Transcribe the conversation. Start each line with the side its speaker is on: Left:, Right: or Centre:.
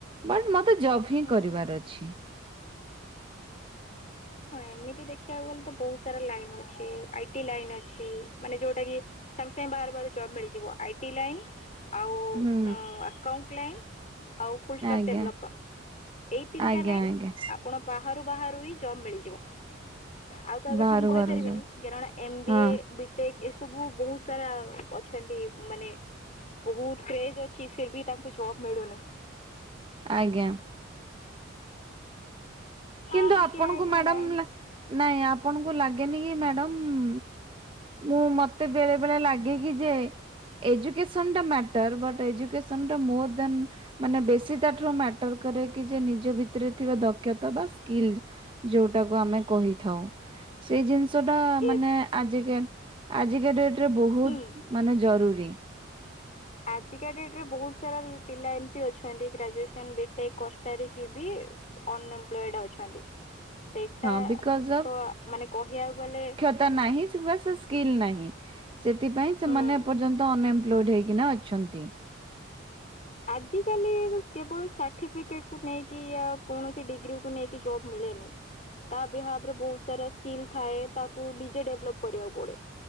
Right: ବଟ୍ ମତେ ଜବ ହିଁ
Left: ହୁଁ
Right: କରିବାର
Left: ହୁଁ
Right: ଅଛି।
Left: ହଁ ଏମିତି ଦେଖିବାକୁ ଗଲେ ତ ବହୁତ ସାରା ଲାଇନ ଅଛି, ଆଇଟି ଲାଇନ୍ ଅଛି ମାନେ ଯୋଉଟା କି ସାଙ୍ଗେ ସାଙ୍ଗେ ବାହାରୁ ବାହାରୁ ଜବ୍ ମିଳିଯିବ ଆଇ ଟି ଲାଇନ୍ ଆଉ ଉଁ
Right: ହୁଁ
Left: ଆକାଉଣ୍ଟ ଲାଇନ୍ ଆଉ ଫୁଲ ଷ୍ଟପ୍
Right: ଆଜ୍ଞା
Left: ଡେଭଲପର, ଏଇ ତିନିଟା
Right: ଆଜ୍ଞା
Left: ଲାଇନ୍
Right: ଆଜ୍ଞା
Left: ଆପଣ ବାହାରୁ ବାହାରୁ ହିଁ ଜବ୍ ମିଳି ବ ଆଉ କାହା
Right: ବାହାରୁ
Left: କଥା ମୁଁ କହିପାରିବିନି
Right: ବାହାରୁ ଯଉ
Left: କରଣ ଏମ ବି
Right: ହଁ
Left: ଏ ସେ ଏସବୁ ବହୁତ ସାରା ଅ ଅଛନ୍ତି ମାନେ ବହୁତ କ୍ରେଜ୍ ଅଛି ଫିର୍ ବି ତାଙ୍କୁ ଜବ ମିଳୁନି
Right: ଆଜ୍ଞା କିନ୍ତୁ
Left: ଆଉ ବାକି
Right: ଆପଣଙ୍କୁ
Left: ଆଇଡିଆ
Right: ମ୍ୟାଡମ୍
Left: ନାହିଁ
Right: ନାଇଁ ଆପଣଙ୍କୁ ଲାଗେନି କି ମ୍ୟାଡାମ ମୁଁ ମତେ ବେଳେ ବେଳେ ଲାଗେ କିି ଯେ ଏଜୁକେସନ୍ ଟା ମ୍ୟାଟର୍ ବଟ୍ ଏଜୁକେସନ୍ ଟା ମୋର ଦେନ୍ ମାନେ ବେଶୀ ତାଠାରୁ ମ୍ୟାଟର କରେ କି ଯେ ନିଜ ଭିତରେ ଥିବା ଦକ୍ଷତା ବାସ୍ ସ୍କିଲ୍ ଯୋଉଟାକୁ ଆମେ କହିଥାଉ ସେଇ ଜିନିଷ ଟା
Left: ଏ
Right: ମାନେ ଆଜିକା ଆଜିକା ଡେଟରେ ବହୁତ
Left: ହୁଁ।
Right: ମାନେ ଜରୁରୀ।
Left: ଆଜିକା ଡେଟ୍ ରେ ବହୁତ ସାରା ପିଲା ଏମିତି ଅଛନ୍ତି ଗ୍ରାଜୁଏସନ ବିଟେକ୍ କରସାରିକି ବି ଅନଏମ୍ପ୍ଲଏଡ ଅଛନ୍ତି। ସେଇଟା
Right: ହଁ ବିକଜ
Left: ତ ମାନେ କହିବାକୁ ଗଲେ
Right: ତା ନାହି ସେ ବାସ ସ୍କିିଲ୍ ନାହିଁ। ସେଥିପାଇଁ ସେମାନେ
Left: ହୁଁ।
Right: ଏପର୍ଯ୍ୟନ୍ତ ଅନଏମ୍ପ୍ଲୋଏଡ ହେଇକିନା ଅଛନ୍ତି।
Left: ଆଜିକାଲି କେବଳ ସାର୍ଟିଫିକେଟକୁ ନେଇକି ୟ କୌଣସି ଡିଗ୍ରୀକୁ ନେଇକି ଜବ୍ ମିଳେନି।
Right: ହଁ
Left: ତା ବିହାଫ୍ ରେ ବହୁତ ସାରା ସ୍କିଲ୍ ଥାଏ ତାକୁ ନିଜେ ଡେଭଲପ୍ କରିବାକୁ ପଡେ।